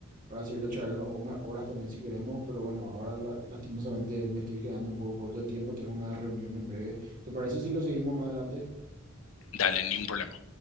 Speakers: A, on the right (about 40°); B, on the left (about 70°).
A: para seguirlo charlando o más horas también si queremos, pero bueno, ahora la- lastimosamente me estoy quedando un poco corto de tiempo, tengo una reunión en breve. ¿Te parece si lo seguimos más adelante?
B: Dale, ni un problema.